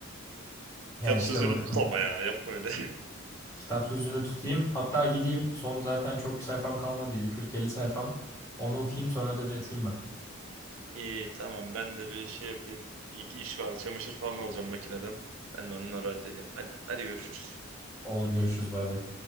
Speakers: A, on the left (about 15°); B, on the right (about 80°).
A: Ya
B: Kitap
A: işte
B: sözünü
A: bakalım.
B: tutma ya. Yapma öyle.
A: Kitap sözünü tutayım. Hatta gideyim. Son zaten çok bir sayfam kalmadıydı. 40-50 sayfam. Onu okuyayım sonra da yatayım ben.
B: <laughs> İyi tamam ben de bir şey yapayım. İyi ki iş var. Çamaşır falan alacağım makineden. Ben de onları halledeyim. Hadi, hadi görüşürüz.
A: Oldu görüşürüz bay bay.